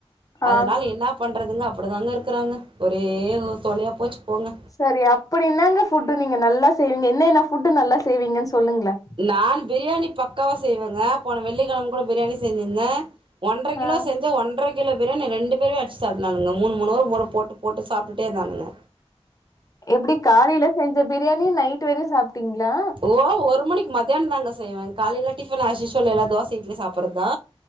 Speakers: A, on the left; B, on the right.
A: ஆ
B: அதனால என்ன பண்றதுங்க அப்டிதாங்க இருக்குறாங்க ஒரே தொ தொல்லயா போச்சு போங்க
A: செரி அப்டி என்னாங்க ஃபுட்டு நீங்க நல்லா செய்வீங்க என்ன என்ன ஃபுட்டு நல்லா செய்வீங்கன்னு சொல்லுங்ளே
B: நான் பிரியாணி பக்காவா செய்வேங்க போன வெள்ளிக்கெழம கூட பிரியாணி செஞ்சிருந்தே ஒன்ற கிலோ
A: ஆ
B: செஞ்ச ஒன்ற கிலோ பிரியாணி ரெண்டு பேருமே அச்சு சாப்டனுங்க மூணு மூணு முற போட்டு போட்டு சாப்டுட்டே இருதானுங்க
A: எப்டி காலையில செஞ்ச பிரியாணி நைட் வரையு சாப்பிட்டீங்களா
B: ஓ ஒரு மணிக்கு மத்தியான தாங்க செய்வே காலையில டிஃபன் ஆஸ்யூசுவல் எல்லா தோச இட்லி சாப்பறதா